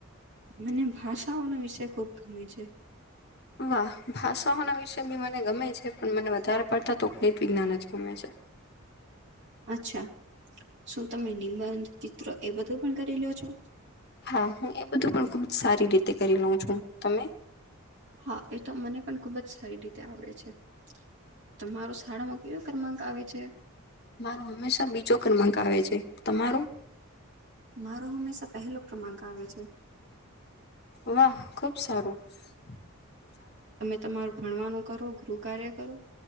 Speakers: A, on the right; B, on the left.
A: મને ભાષાઓનો વિષય ખુબ ગમે છે
B: વાહ ભાષાઓના વિશે બી મને ગમે છે પણ મને વધારે પડતા તો ગણિત વિજ્ઞાન જ ગમે છે
A: અચ્છા શું તમે નિબંધ ચિત્ર એ બધું પણ કરી લ્યો છો?
B: હા હુંું સારી રીતે કરી લઉં છું તમે
A: હા એ તો મને પણ ખુબ જ સારી રીતે આવડે છે તમારો શાળામાં કયો ક્રમાંક આવે છે?
B: મારો હંમેશા બીજો ક્રમાંક આવે છે તમારું
A: મારો હંમેશા પહેલો ક્રમાંક આવે છે
B: વાહ ખુબ સારું તો ચાલો તમે
A: તમારું ભણવાનું કરો ગૃર કાર્ય કરું